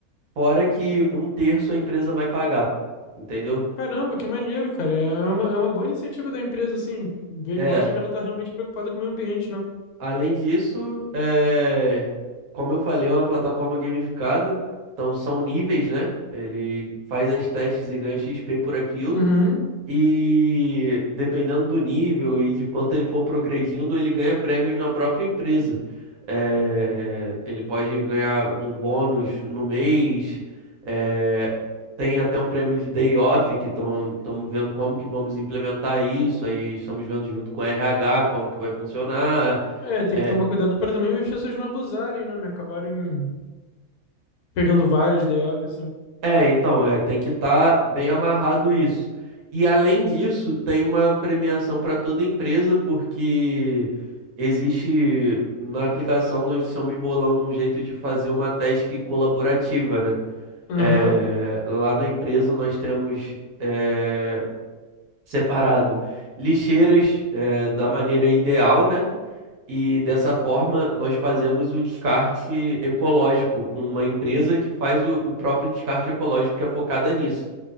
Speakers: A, on the right; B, on the left.
A: fora que um terço a empresa vai pagar. Entendeu?
B: Caramba, que maneiro, cara. É é uma, é uma boa iniciativa da empresa, assim. Vê-
A: É.
B: Mostra que ela tá realmente preocupada com o meio ambiente, né?
A: Além disso, é, como eu falei, é uma plataforma gamificada, então são níveis, né? Ele faz as testes e ganha XP por aquilo.
B: Uhum.
A: E dependendo do nível e de quanto ele for progredindo, ele ganha prêmios na própria empresa. Eh, ele pode ganhar um bônus no mês, eh, tem até um prêmio de day off, que estamos vendo como que vamos implementar isso, aí estamos vendo junto com o RH como que vai funcionar.
B: É, tem
A: eh,
B: que tomar cuidado para também as pessoas não abusarem, né? Não acabarem pegando vários day off, assim.
A: É, então, é, tem que estar bem amarrado isso. E além disso, tem uma premiação para toda empresa, porque existe na aplicação nós estamos bolando um jeito de fazer uma task colaborativa, né?
B: Aham,
A: É, lá na empresa nós temos é, separado lixeiras é, da maneira ideal, né? E dessa forma, nós fazemos o descarte ecológico com uma empresa que faz o, o próprio descarte ecológico que é focada nisso.